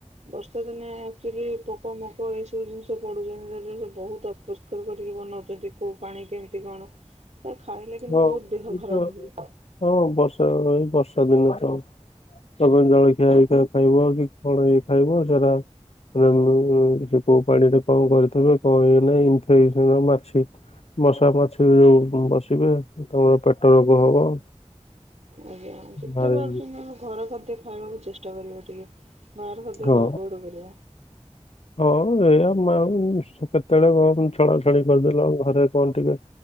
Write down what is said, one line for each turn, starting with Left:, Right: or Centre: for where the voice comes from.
Right: ବର୍ଷା ଦିନେ ଆଚୁଆଲି ପୋକ ମୋକ ଏଇ ସବୁ ଜିନିଷ ପଡୁଛନ୍ତିରେ ସେ ବହୁତ ଅପ କରିକି ବନାଉଛନ୍ତି କଉ ପାଣି କେମିତି କଣ ଖାଇଲେ କିନ୍ତୁ
Left: ହଉ
Right: ବହୁତ ଦେହ
Left: ଏ
Right: ଖରାପ
Left: ତ
Right: ହୁଏ
Left: ହଁ ବର୍ଷା ଏ ବର୍ଷା ଦିନେ ତ ତା ପାଇଁ ଜଳଖିଆ ଖିଆ ଖାଇବ କି ପଳେଇ ଖାଇବ ସେଟା ମାନେ ସେ କୋଉ ପାଣି ରେ କଣ କରିଥିବେ କହ ନାାଇ ଇନଫେସନ ମାଛି ମସା ମାଛି ଯୋଉ ବସିବେ ତମର ପେଟ ରୋଗ ହବ
Right: ଆଜ୍ଞା ଯେତେ
Left: ଭାରି
Right: ପାରୁଛନ୍ତି ଆମେ ଘର ଖାଦ୍ୟ ଖାଇବାକୁ ଚେଷ୍ଟା କରିବ ଟିକେ ବାହାର ଖାଦ୍ୟ
Left: ହଁ
Right: କୁ ଆଭେଡେ କରିବ
Left: ହଁ ଏଇଆ ମ୍ୟାମ କେତେବେଳେ କଣ ଛଣାଛଣି କରିଦେଲ ଆଉ ଘରେ କଣ ଟିକେ